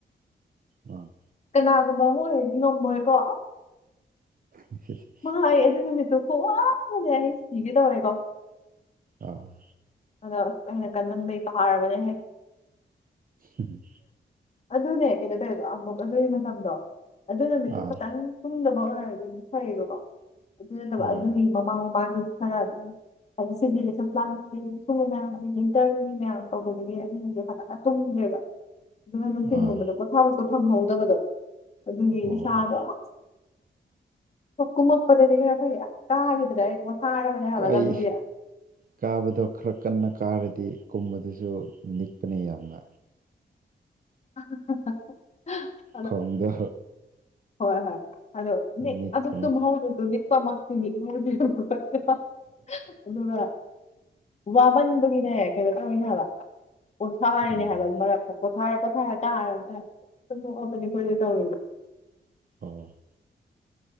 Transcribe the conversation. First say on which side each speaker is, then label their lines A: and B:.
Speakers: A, on the right; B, on the left.
A: ꯑꯣ ꯑꯥ
B: ꯀꯅꯥꯅ ꯕꯥꯃꯣꯏ ꯍꯣꯏꯗꯤ ꯉꯝꯃꯣꯏꯀꯣ
A: ꯑ <unintelligible>
B: ꯃꯥꯥ ꯑꯩ ꯑꯗꯨ ꯅꯨꯃꯤꯠꯇꯨ ꯈꯨꯋꯥ ꯑꯃꯅꯦ ꯑꯩ ꯁꯤꯒꯦ ꯇꯧꯔꯦꯀꯣ
A: ꯑ
B: ꯑꯗꯣ ꯑꯩꯅ ꯀꯟꯃꯟꯕꯩ ꯀꯥꯔꯕꯅꯦꯍꯦ
A: ꯍꯨꯝꯍꯨꯝ
B: ꯑꯗꯨꯅꯦ ꯀꯩꯅꯣ ꯇꯧꯋꯦꯕ ꯑꯃꯨꯛ ꯑꯗꯨꯒꯤ ꯃꯇꯝꯗꯣ ꯑꯗꯨ ꯅꯨꯃꯤꯠꯇꯨ
A: ꯑꯥ
B: ꯈꯇꯪ ꯇꯨꯝꯗꯕ ꯑꯣꯏꯔꯗꯤ ꯃꯨꯛ ꯐꯩꯌꯦꯕꯀꯣ ꯑꯗꯨ ꯅꯠꯇꯕ
A: ꯑꯣ
B: ꯑꯗꯨꯒꯤ ꯃꯃꯥꯡ ꯃꯃꯥꯡꯗꯖꯨ ꯈꯔ ꯑꯗꯨꯝ ꯍꯥꯏꯗꯤ ꯁꯤꯒꯤ ꯔꯦꯁꯟ ꯄ꯭ꯂꯥꯟꯁꯤꯗꯩꯒꯤ ꯈꯨꯅꯨ ꯃꯌꯥꯝ ꯑꯗꯒꯤ ꯏꯟꯇ꯭ꯔꯟꯒꯤ ꯃꯌꯥꯝ ꯇꯧꯕꯗꯒꯤ ꯑꯍꯤꯡꯁꯦ ꯐꯖꯅ ꯇꯨꯝꯗ꯭ꯔꯦꯕ ꯑꯗꯨꯒ ꯅꯨꯡꯊꯤꯟꯜꯒꯨꯝꯕꯗ
A: ꯑꯥ
B: ꯄꯣꯊꯥꯕ ꯐꯪꯍꯧꯗꯕꯗꯣ ꯑꯗꯨꯒꯤ
A: ꯑꯣ ꯑꯣ
B: ꯏꯁꯥꯗ ꯑꯁ ꯀꯨꯝꯃꯛꯄꯗꯗꯤ ꯈꯔ ꯐꯩꯌꯦ ꯀꯥꯕꯗꯗꯤ ꯑꯩ ꯄꯣꯊꯥꯔꯕꯅꯦ ꯍꯥꯏꯕ
A: ꯀꯩ
B: ꯂꯝꯕꯤꯗ
A: ꯀꯥꯕꯗꯣ ꯈꯔ ꯀꯟꯅ ꯀꯥꯔꯗꯤ ꯀꯨꯝꯕꯗꯨꯁꯨ ꯅꯤꯛꯄꯅꯦ ꯌꯥꯝꯅ
B: <unintelligible>
A: ꯈꯣꯡꯗꯦ
B: ꯍꯣꯏ ꯍꯣꯏ ꯑꯗꯣ ꯃꯤꯠ
A: ꯅꯤꯛꯄꯅꯦ
B: ꯑꯗꯣ ꯇꯨꯝꯍꯧꯗ꯭ꯔꯁꯨ ꯅꯤꯛꯄꯃꯛꯇꯤ ꯅꯤꯛꯍꯧꯗ꯭ꯔꯦꯀꯣ ꯑꯗꯨꯒ ꯋꯥꯃꯟꯕꯒꯤꯅꯦ ꯀꯩꯅꯣ ꯇꯧꯔꯤꯅꯦ ꯍꯥꯏꯕ ꯄꯣꯠꯊꯥꯔꯤꯅꯦ
A: ꯑꯥ
B: ꯍꯥꯏꯕ ꯃꯔꯛꯇ ꯄꯣꯊꯥꯔ ꯄꯣꯊꯥꯔ ꯀꯥꯔꯕꯅꯦ ꯑꯦ ꯍꯦꯛꯇ ꯅꯣꯛꯑꯕꯅꯦ ꯑꯩꯈꯣꯏꯁꯦ ꯇꯧꯔꯤꯁꯦ
A: ꯑꯣ